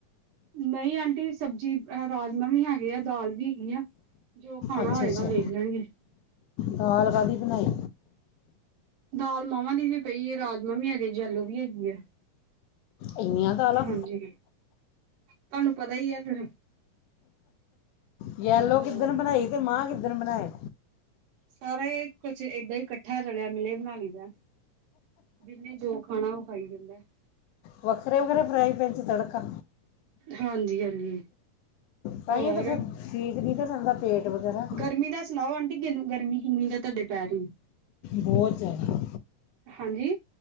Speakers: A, on the right; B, on the left.
A: ਨਹੀਂ ਆਂਟੀ ਸਬਜ਼ੀ ਰਾਜਮਾਂ ਵੀ ਹੈਗੇ ਆ ਦਾਲ ਵੀ ਹੈਗੀ ਆ ਜੋ ਖਾਣਾ
B: ਅੱਛਾ
A: ਹੋਏਗਾ
B: ਅੱਛਾ
A: ਵੇਖ ਲੈਣਗੇ
B: ਦਾਲ ਕਾਹਧਦੀ ਬਣਾਈ
A: ਦਾਲ ਮਾਵਾਂ ਦੀ ਵੀ ਪਈ ਹੈ ਰਾਜਮਾਂ ਵੀ ਹੈਗੇ ਜੈਲੋ ਵੀ ਹੈਗੀ ਆ
B: ਇੀਆਂ ਦਾਲਾਂ
A: ਹਾਂਜੀ ਤੁਹਾਨੂੰ ਪਤਾ ਹੀ ਆ ਫਿਰ
B: ਯਲੋ
A: ਹੋਰ
B: ਕਿੱਦਣ ਬਣਾਈ ਤੇ ਮਾਂ ਕਿੱ ਮਸਰ ਬਣਾਏ
A: ਸਾਰਾ ਇਹ ਕੁਛ ਏਦਾਂ ਹੀ ਇਕੱਠਾ ਰਲਿਆ ਮੇਲੇ ਬਣਾ ਲਈਦਾ ਜਿੰਨੇ ਜੋ ਖਾਣਾ ਉਹ ਖਾਈ ਦਿੰਦਾ
B: ਵੱਖਰੇ ਵੱਖਰੇ ਫਰਾਾਈ ਪੈ ਸੀ ਤੜਕਾ
A: ਹਾਂਜੀ ਹਾਂਜੀ
B: ਤਾਂ
A: ਹੋਰ
B: ਹੀ ਤਾਂ ਫਿਰ ਠੀਕ ਨਹੀਂ ਤਾਂ ਚੰਗਾ ਪੇਟ ਵਗੈਰਾ
A: ਗਰਮੀ ਦਾ ਸੁਣਾਓ ਆਂਟੀ ਕਿਨੂੰ ਗਰਮੀ ਮੀ ਦਾ ਤੁਹਾਡੇ ਪੈਰ ਹੀ
B: ਬਹੁਤ ਜਿਆਦਾ
A: ਹਾਂਜੀ